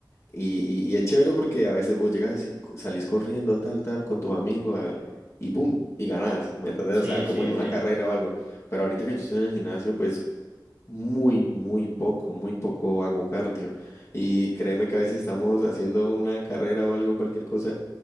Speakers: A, on the left; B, on the right.
A: y, y, y es chévere porque a veces vos llegas así, co- salís corriendo tal, tal, con tus amigos, al- y pum, y ganás, ¿me entendés?
B: Sí,
A: O sea, como
B: sí,
A: en
B: sí.
A: una carrera o algo, pero ahorita que yo estoy en el gimnasio, pues muy, muy poco, muy poco hago cardio. Y créeme que a veces estamos haciendo una carrera o algo, cualquier cosa,